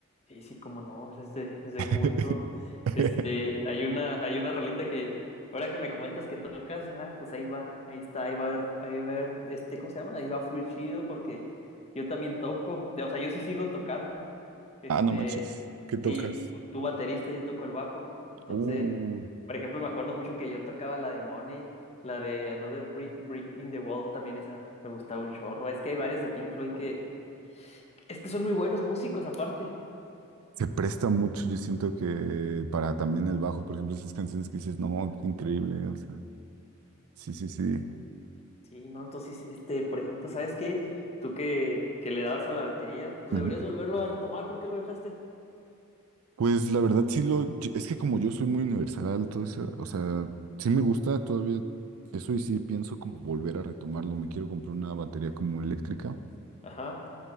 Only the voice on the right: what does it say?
<laughs>
Ah, no manches. ¿Qué tocas?
Uh.
Se presta mucho, yo siento que para también el bajo, por ejemplo, esas canciones que dices, no, qué increíble, o sea, sí,
sí,
sí.
Ujú.
Pues la verdad sí lo, yo- es que como yo soy muy universal, todo eso, o sea, sí me gusta todavía eso y sí pienso como volver a retomarlo, me quiero comprar una batería como eléctrica